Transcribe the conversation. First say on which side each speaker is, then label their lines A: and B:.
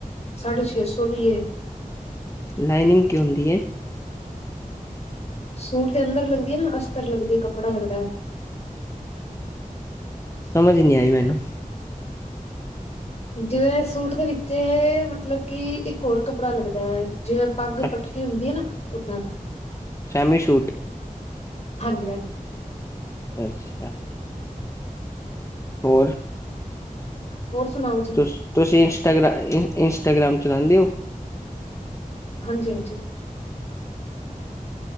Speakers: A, on the left; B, on the left.
A: ਸਾਢੇ ਛੇ ਸੌ ਵੀ ਏ।
B: ਲਾਈਨਿੰਗ ਕੀ ਹੁੰਦੀ ਐ।
A: ਸੂਟ ਦੇ ਅੰਦਰ ਲੱਗਦੀ ਐ ਨਾ ਅਸਤਰ ਲੱਗਦੀ ਕੱਪੜਾ ਲੱਗਦਾ।
B: ਸਮਝ ਨੀ ਆਈ ਮੈਨੂੰ।
A: ਜਿਵੇਂ ਸੂਟ ਦੇ ਵਿੱਚੇ ਮਤਲਬ ਕਿ ਹੋਰ ਕੱਪੜਾ ਲੱਗਦਾ ਐ, ਜਿਵੇਂ ਪੱਗ
B: ਅੱਛਾ
A: ਪਟਕੇ ਹੁੰਦੀ ਆ ਨਾ ਓਦਾਂ ਦਾ
B: ਸੈਮੀ ਸੂਟ
A: ਹਾਂਜੀ-ਹਾਂ
B: ਅੱਛਾ। ਹੋਰ?
A: ਹੋਰ ਸੁਣਾਉ।
B: ਤੁ ਤੁਸੀ ਇੰਸਟਾ ਇੰਸਟਾਗ੍ਰਾਮ ਚਲਉਦੇ ਹੋ?
A: ਹਾਂਜੀ-ਹਾਂਜੀ।